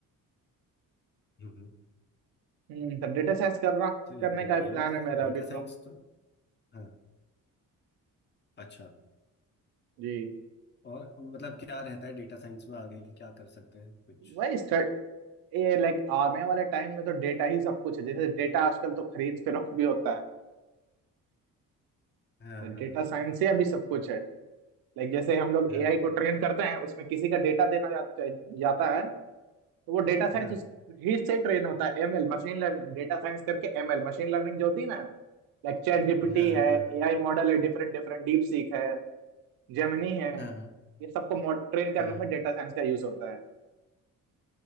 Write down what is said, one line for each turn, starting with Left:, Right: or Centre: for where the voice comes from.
Left: हम्म।
Right: हम्म, तो डेटा साइंस करना
Left: तो ये
Right: करने
Left: तो
Right: का
Left: बढ़िया
Right: प्लान
Left: बात है
Right: है
Left: यार
Right: मेरा अभी
Left: डेटा
Right: तो
Left: साइंस तो हाँ अच्छा
Right: जी
Left: और मतलब क्या रहता है डेटा साइंस में आगे क्या कर सकते हैं कुछ
Right: वही स्टार्ट ये लाइक आने वाले टाइम में तो डेटा ही सब कुछ है जैसे डेटा आजकल तो खरीद फरोख्त भी होता है
Left: हाँ
Right: तो डेटा
Left: हाँ
Right: साइंस से अभी सब कुछ है लाइक जैसे हम लोग
Left: हाँ
Right: एआई को ट्रेन करते हैं उसमें किसी का डेटा देना जा, जाता है तो वो डेटा साइंस
Left: हाँ
Right: ही से ट्रेन होता है ML machine learning data science करके एमएल मशीन लर्निंग जो होती है ना लाइक चैट जीपीटी
Left: हाँ
Right: है
Left: हाँ
Right: एआई मॉडल है डिफरेंट डिफरेंट डीप सीख है जेमिनी है
Left: हाँ
Right: ये सबको ट्रेन करने
Left: हाँ
Right: में
Left: हाँ,
Right: डेटा साइंस का यूज होता है